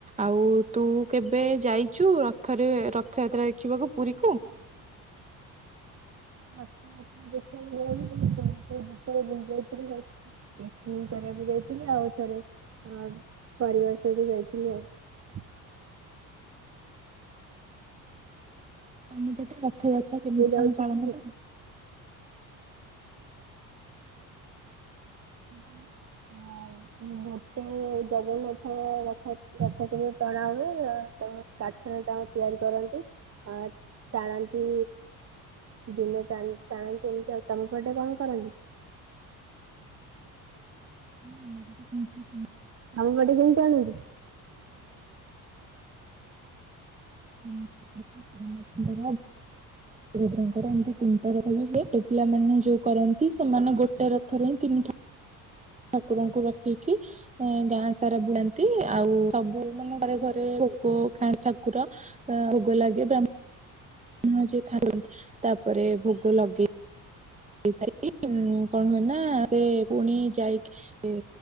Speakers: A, on the right (about 20°); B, on the right (about 35°).
A: ଆଉ ତୁ କେବେ ଯାଇ ଚୁ ରଥରେ ରଥଯାତ୍ରା ଦେଖିବାକୁ ପୁରୀକୁ?
B: ରଥଯାତ୍ରା ଦେଖିବାକୁ <inaudible> ଭିତରେ ବୁଲି ଯାଇଥିଲି। ପିକନିକ୍ କରିବାକୁ ଯାଇଥିଲି ଆଉ ଥରେ ପରିବାର ସହିତ ଯାଇଥିଲି ଆଉ।
A: ତମ ପଟେ ରଥଯାତ୍ରା କେମିତି
B: ଏବେ ଯାଉଛୁ
A: କଣ ପାଳନ
B: ପୁରୀ
A: କର?
B: <inaudible> ଜଗନ୍ନାଥ ରଥ ରଥ କେବେ ଟଣା ହୁଏ ତା କାଠରେ ତାଙ୍କୁ ତିଆରି କରନ୍ତି। ଆ ଟାଣନ୍ତି। ଦିନେ ଟାଣ ଟାଣନ୍ତିନି ତ ତମ ପଟେ କଣ କରନ୍ତି?
A: ହଁ ଆମର ବୀ ସେମତି।
B: ଆମ ପଟେ କେମିତି ଟାଣନ୍ତି?
A: <unintelligible> ରୁଦ୍ରଙ୍କର ଏମିତି ତିନିଟା ରଥ ବି ହୁଏ ଛୋଟୋ ପିଲାମାନେେ ଯୋଉ କରନ୍ତି ସେମାନେ ଗୋଟେ ରଥରେ ହିଁ ତିନି ଠା କୁରଙ୍କୁ ରଖିକି ଗାଁ ସାରା ବୁଳାନ୍ତି ଆଉ ସବୁ ମାନେ ଘରେ ଘରେ ଭୋଗ ଖାନ୍ତି ଠାକୁର ଆଂ ଭୋଗ ଲାଗେ ବ୍ରା ହ୍ମଣ ଯେ ଖଆନ୍ତି ତାପରେ ଭୋଗ ଲଗେଇ <inaudible> ସାରି କଣ ହୁଏ ନା ସେ ପୁଣି ଯାଇ